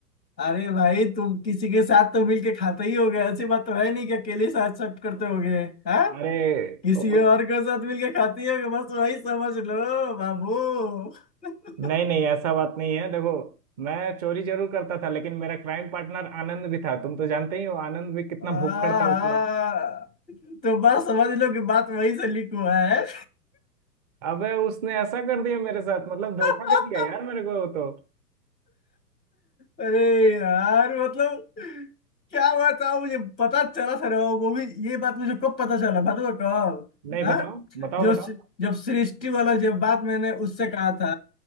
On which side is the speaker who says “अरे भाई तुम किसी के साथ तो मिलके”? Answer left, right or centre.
Left